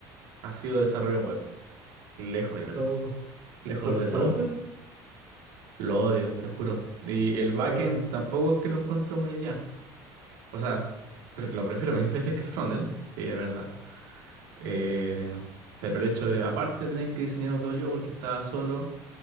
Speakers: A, on the right; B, on the right.
A: ha sido desarrollo web. Lejos, yo
B: Oh,
A: creo. Lejos
B: ¿para
A: de
B: el frontend?
A: todo. Lo odio, te juro. Y el backend
B: Ah,
A: tampoco es que lo encuentro muy allá. O sea, pre- lo prefiero mil veces que el frontend, sí, es verdad. Eh, pero el hecho de, aparte, tener que diseñarlo todo yo porque estaba solo,